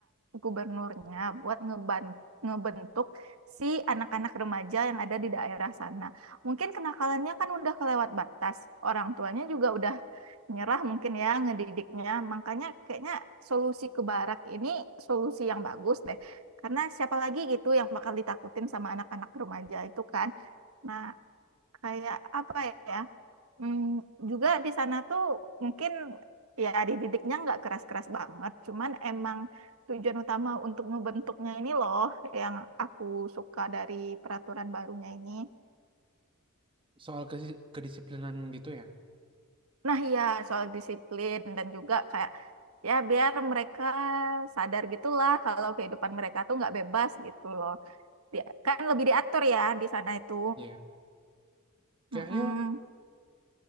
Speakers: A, on the right; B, on the right.
A: gubernurnya buat ngeban ngebentuk si anak-anak remaja yang ada di daerah sana. Mungkin kenakalannya kan udah kelewat batas. Orang tuanya juga udah nyerah mungkin ya ngedidiknya. Makanya kayaknya solusi ke barak ini solusi yang bagus deh. Karena siapa lagi gitu yang bakal ditakutin sama anak-anak remaja itu kan. Nah, kayak apa ya? Hmm, juga di sana tuh mungkin ya dididiknya nggak keras-keras banget, cuman emang tujuan utama untuk ngebentuknya ini loh yang aku suka dari peraturan barunya ini.
B: Soal kesi kedisiplinan gitu ya?
A: Nah, ya soal disiplin dan juga kayak ya biar mereka sadar gitulah kalau kehidupan mereka tuh nggak bebas gitu loh. Dia kan lebih diatur ya di sana itu.
B: Iya. Kayaknya
A: Mm-mm.